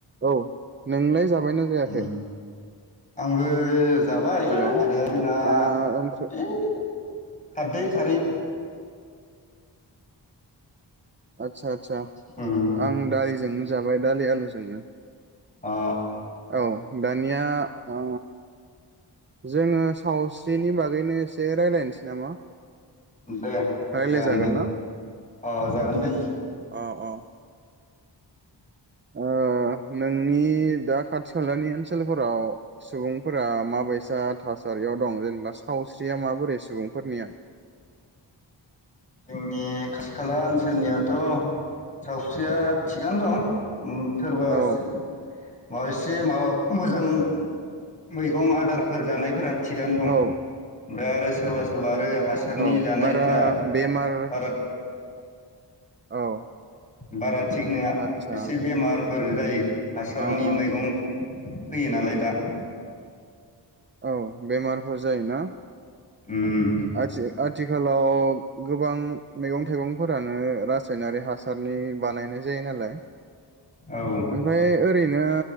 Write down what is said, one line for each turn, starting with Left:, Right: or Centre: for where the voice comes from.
Right: औ नोंलाय जा बायना जायाखै
Left: उम आंबो जा जाबाय
Right: हेल'
Left: माने जोंहा
Right: आ ओंख्रि
Left: ऐ खारदै खारै
Right: आतसा आतसा
Left: उम अ
Right: आं दा एजोंनो जाबाय दालि आलुजोंनो।
Left: अ
Right: औ दानिया ओ जोंङो सावस्रिनि बागैनो एसे रायज्लायनोसै नामा?
Left: दे
Right: रायलायजागोन
Left: जागोन दे
Right: ना
Left: अ जागोन दे।
Right: अ अ ओ नोंनि दा खाथि खालानि ओनसोलफोराव सुबुंफोरा माबायसा थासारियाव दं जेनेबा सावस्रिया माबोरै सुबुंफोरनिया?
Left: जोंनि खाथि खाला ओनसोलनियाथ' सावस्रिया थिगानो दं। सोरबासो
Right: औ
Left: मा एसे माबा मोजां मैगं आदारफोर जानायफोरा थिगानो दं।
Right: औ
Left: ओमफ्राय आरो सोरबा सोरबा आरो जारनि
Right: औ
Left: जानायफोरा
Right: बारा बेमार
Left: बारा
Right: औ
Left: बारा थिग नोङा
Right: आतसा
Left: एसे बेमार फोर जायो। हासारनि
Right: अ अ
Left: मैगं फैयो नालाय दा
Right: औ बेमारफोर जायोना।
Left: उम
Right: आथसे आथ थिखालाव गोबां मैगं थाइगंफोरानो रासायनारि हासारनि बानायनाय जायो नालाय
Left: औ
Right: ओमफाय ओरैनो